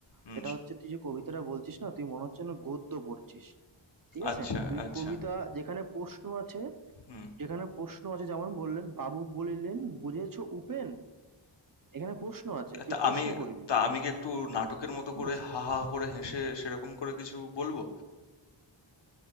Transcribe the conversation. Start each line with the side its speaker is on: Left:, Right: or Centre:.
Left: হুম।
Right: সেটা হচ্ছে তুই যে কবিতাটা বলছিস না তুই মনে হচ্ছে না গদ্য পড়ছিস ঠিক আছে
Left: আচ্ছা,
Right: তুই
Left: আচ্ছা।
Right: কবিতা যেখানে প্রশ্ন আছে
Left: হুম।
Right: যেখানে প্রশ্ন আছে যেমন বললেন বাবু বলিলেন বুঝেছো উপেন এখানে প্রশ্ন আছে তুই
Left: তা
Right: প্রশ্ন
Left: আমি
Right: করবি
Left: তা আমি কি একটু নাটকের মতো
Right: ঠিক
Left: করে
Right: আছে
Left: হা, হা করে হেসে সেরকম করে কিছু বলবো?